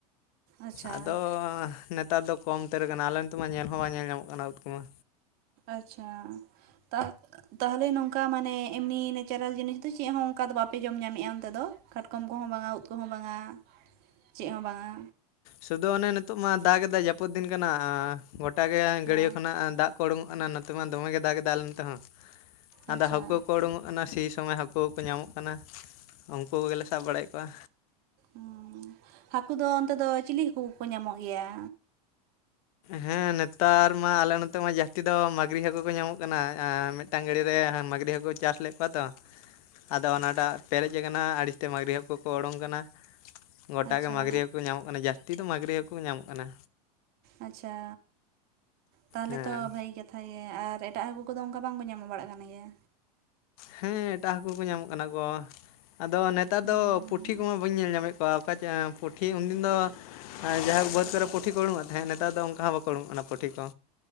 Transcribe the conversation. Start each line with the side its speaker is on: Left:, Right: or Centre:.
Right: ᱟᱪᱪᱷᱟ
Left: ᱟᱫᱚᱻ ᱱᱮᱛᱟᱨ ᱫᱚ ᱠᱚᱢ ᱩᱛᱟᱹᱨ ᱠᱟᱱᱟ, ᱟᱞᱮ ᱱᱚᱛᱮ ᱢᱟ ᱧᱮᱞ ᱦᱚᱸ ᱵᱟᱝ ᱧᱮᱞ ᱧᱟᱢᱚᱜ ᱠᱟᱱᱟ ᱩᱫ ᱠᱚᱢᱟ᱾
Right: ᱟᱪᱪᱷᱟ, ᱛᱟᱦ- ᱛᱟᱦᱚᱞᱮ ᱱᱚᱝᱠᱟ ᱢᱟᱱᱮ ᱮᱢᱱᱤ ᱱᱮᱪᱟᱨᱟᱞ ᱡᱤᱱᱤᱥ ᱫᱚ ᱪᱮᱫ ᱦᱚᱸ ᱚᱸᱠᱟ ᱫᱚ ᱵᱟᱯᱮ ᱡᱚᱢ ᱧᱟᱢᱮᱫᱼᱟ ᱚᱱᱛᱮ ᱫᱚ, ᱠᱟᱴᱠᱚᱢ ᱠᱚᱦᱚᱸ ᱵᱟᱝᱼᱟ, ᱩᱫ ᱠᱚᱦᱚᱸ ᱵᱟᱝᱼᱟ, ᱪᱮᱫ ᱦᱚᱸ ᱵᱟᱝᱼᱟ,
Left: ᱥᱩᱫᱩ ᱚᱱᱮ ᱱᱤᱛᱚᱜ ᱢᱟ ᱫᱟᱜ ᱜᱮᱫᱟᱭ ᱡᱟᱹᱯᱩᱫ ᱫᱤᱱ ᱠᱟᱱᱟ ᱟᱸ ᱜᱚᱴᱟ ᱜᱮ ᱜᱟᱹᱲᱭᱟᱹ
Right: ᱚ
Left: ᱠᱷᱚᱱᱟᱜ ᱫᱟᱜ ᱠᱚ ᱩᱰᱩᱝᱼᱚᱸᱜ ᱠᱟᱱᱟ ᱱᱚᱛᱮ ᱢᱟ ᱫᱚᱢᱮ ᱜᱮ ᱫᱟᱜᱽ ᱜᱮᱫᱟᱭ ᱟᱞᱮ ᱱᱚᱛᱮ ᱦᱚᱸ,
Right: ᱟᱪᱪᱷᱟ
Left: ᱟᱫᱚ ᱦᱟᱹᱠᱩ ᱠᱚ ᱩᱰᱩᱝᱼᱚᱜ ᱠᱟᱱᱟ ᱥᱤ ᱥᱚᱢᱚᱭ ᱦᱟᱹᱠ- ᱠᱩ ᱠᱚ ᱧᱟᱢᱚᱜ ᱠᱟᱱᱟ, ᱩᱸᱠᱩ ᱜᱮᱞᱮ ᱥᱟᱵ ᱵᱟᱲᱟᱭᱮᱫ ᱠᱚᱣᱟ᱾
Right: ᱩᱸᱻ, ᱦᱟᱹᱠᱩ ᱫᱚ ᱚᱸᱛᱮ ᱫᱚ ᱪᱤᱞᱤ ᱦᱟᱹᱠᱩ ᱠᱚᱠᱚ ᱧᱟᱸᱢᱚᱜ ᱜᱮᱭᱟ?
Left: ᱦᱮᱸ ᱱᱮᱛᱟᱨ ᱢᱟ ᱟᱞᱮ ᱱᱚᱛᱮ ᱢᱟ ᱡᱟᱹᱥᱛᱤ ᱫᱚ ᱢᱟᱹᱜᱽᱨᱤ ᱦᱟᱹᱠᱩ ᱠᱚ ᱧᱟᱸᱢᱚᱜ ᱠᱟᱱᱟ, ᱮᱸ ᱢᱤᱫ ᱴᱟᱝ ᱜᱟᱲᱤᱭᱟᱹ ᱦᱮᱸ ᱢᱟᱹᱜᱽᱨᱤ ᱦᱟᱹᱠᱩᱭ ᱪᱟᱥ ᱞᱮᱫ ᱠᱚᱣᱟ ᱛᱚ,
Right: <inaudible>
Left: ᱟᱫᱚ ᱚᱱᱟ ᱴᱟᱜ ᱯᱮᱨᱮᱡ ᱟᱠᱟᱱᱟ ᱟᱹᱲᱤᱥ ᱛᱮ ᱢᱟᱹᱜᱽᱨᱤ ᱦᱟᱹᱠᱩ ᱠᱚ ᱚᱰᱚᱝ ᱠᱟᱱᱟ, ᱜᱚᱴᱟ
Right: ᱟᱪᱪᱷᱟ
Left: ᱜᱮ ᱢᱟᱹᱜᱽᱨᱤ ᱦᱟᱹᱠᱩ ᱠᱚ ᱧᱟᱢᱚᱜ ᱠᱟᱱᱟ, ᱡᱟᱹᱥᱛᱤ ᱫᱚ ᱢᱟᱹᱜᱽᱨᱤ ᱦᱟᱹᱠᱩ ᱠᱚ ᱧᱟᱢᱚᱜ ᱠᱟᱱᱟ᱾
Right: ᱟᱪᱪᱷᱟ ᱛᱟᱦᱚᱞᱮ
Left: ᱦᱮᱸ
Right: ᱛᱚ ᱵᱷᱟᱹᱜᱤ ᱜᱮᱛ ᱠᱟᱛᱷᱟ ᱜᱮ ᱟᱨ ᱮᱴᱟᱜ ᱦᱟᱹᱠᱩ ᱠᱚᱫᱚ ᱚᱱᱠᱟ ᱵᱟᱝᱠᱚ ᱧᱟᱢᱚᱜ ᱵᱟᱲᱟᱜ ᱠᱟᱱ ᱜᱮᱭᱟ᱾
Left: ᱦᱮᱸ ᱮᱴᱟᱜ ᱦᱟᱹᱠᱩ ᱠᱚ ᱧᱟᱸᱢᱚᱜ ᱠᱟᱱᱟ ᱠᱚ ᱟᱫᱚ ᱱᱮᱛᱟᱨ
Right: ᱦᱩᱸ,
Left: ᱫᱚ ᱯᱩᱴᱷᱤ ᱠᱚᱢᱟ ᱵᱟᱹᱧ ᱧᱮᱞ ᱧᱟᱢᱮᱫ ᱚᱠᱟ ᱪ ᱯᱩᱴᱷᱤ ᱩᱱᱫᱤᱸᱱ ᱫᱚ ᱡᱟᱦᱩᱠ ᱵᱟᱹᱫᱽ ᱠᱚᱨᱮ ᱯᱩᱴᱷᱤ ᱠᱚ ᱩᱰᱩᱠᱚᱜ ᱛᱟᱦᱮᱸᱫ ᱱᱮᱛᱟᱨ ᱫᱚ ᱚ ᱵᱟᱠᱚ ᱩᱲᱩᱜᱳᱜ ᱠᱟᱱᱟ ᱯᱩᱴᱷᱤ ᱠᱚ